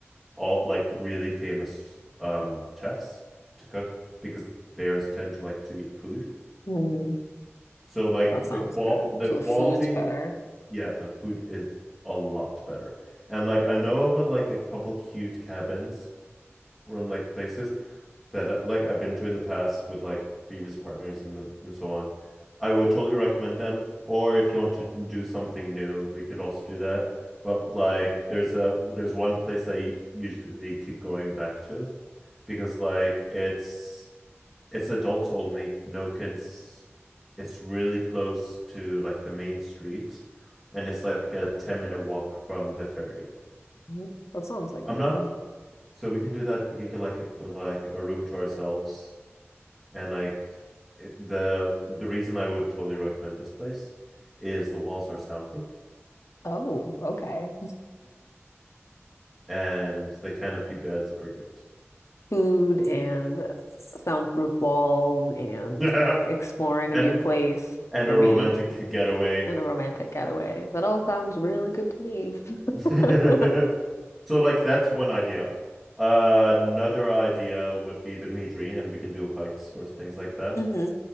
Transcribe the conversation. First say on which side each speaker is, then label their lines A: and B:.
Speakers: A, in the centre; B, on the left.
A: all like really famous um chefs to cook because bears tend to like to eat food.
B: Mm,
A: So like
B: that sounds
A: the qual
B: good.
A: the
B: So
A: quality,
B: the food's better.
A: yeah, the food is a lot better. And like I know of a, like a couple cute cabins run like places that uh, like I've been to in the past with like previous partners and the and so on. I would totally recommend them. Or if you want to do something new, we could also do that. But like there's a there's one place I usually keep going back to because like it's it's adults only, no kids. It's really close to like the main street and it's like a 10 minute walk from the ferry.
B: Mhm. That sounds like
A: I'm
B: fun.
A: not so we can do that. We can get like a like a room to ourselves. And like it, the the reason I would totally recommend this place is the walls are soundproof
B: Oh, okay.
A: and the canopy beds are good.
B: Food and soundproof walls and
A: <laughs>
B: exploring a
A: And
B: new
A: Right.
B: place
A: and
B: for
A: a
B: me
A: romantic getaway.
B: and a romantic getaway. That all sounds really good to me.
A: <laughs>
B: <laughs>
A: So like that's one idea. Uh, another idea would be the Midri, and we can do hikes or things like that.
B: hmm